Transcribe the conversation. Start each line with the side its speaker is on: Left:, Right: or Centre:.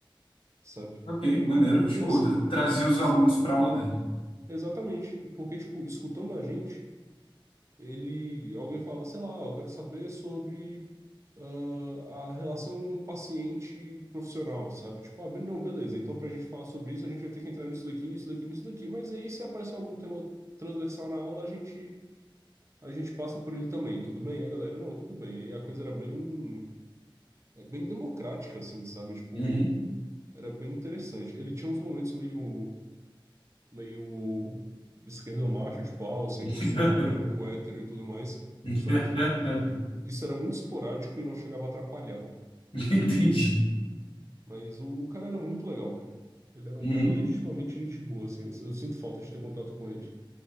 Right: sabe?
Left: ok, maneiro.
Right: Porque,
Left: Tipo,
Right: assim,
Left: t- trazer os
Right: escutando...
Left: alunos pra aula dele.
Right: Exatamente. E Porque, tipo, escutando a gente, ele... Alguém falava, sei lá, eu quero saber sobre ah, a relação paciente-profissional, sabe? Tipo, abrindo, não, beleza, então pra gente falar sobre isso, a gente vai ter que entrar nisso daqui, nisso daqui, nisso daqui. Mas aí, se aparecer algum tema transversal na aula, a gente a gente passa por ele também, tudo bem? A galera, não, tudo bem. Aí a coisa era bem, é, bem democrática, assim, sabe? Tipo,
Left: Uhum.
Right: era bem interessante. Ele tinha uns momentos meio, meio esquerdomacho, tipo, ah, eu sei
Left: <laughs>
Right: que eu sou branco, hétero e tudo mais,
Left: <laughs>
Right: só que isso era muito esporádico e não chegava a atrapalhar.
Left: Entendi.
Right: Mas o cara era muito legal, cara. Ele era
Left: Uhum.
Right: um cara legitimamente gente boa, assim, eu, eu sinto falta de ter contato com ele.